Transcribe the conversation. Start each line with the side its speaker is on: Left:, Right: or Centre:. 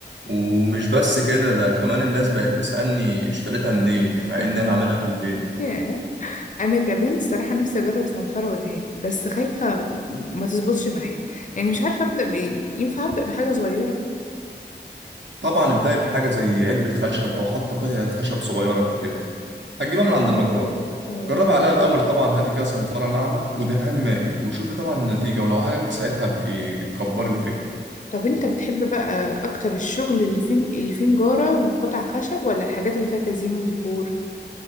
Right: ومش بس كده ده كمان الناس بقت تسالني اشتريتها منين
Left: <laughs>
Right: مع ان انا عاملها في البيت
Left: ياه انا كمان الصراحة نفسي اجرب صنفرة ودهان بس خايفة ما تظبطش معايا يعني مش عارفة ابدأ بايه ينفع ابدأ بحاجة صغيرة
Right: طبعا ابدأي بحاجه زي علبه خشب او حتى قطعه خشب صغيره كده هتجيبها من عند النجار
Left: اه
Right: جربي عليها الاول طبعا هاتي كده صنفره ناعمه ودهان مائي وشوفي طبعا النتيجه ولو عجبك ساعتها ابقي كبري الفكره
Left: طب انت بتحب بقى اكتر الشغل اللي فيه اللي فيه نجارة وقطع خشب ولا الحاجات اللي فيها تزيين وديكور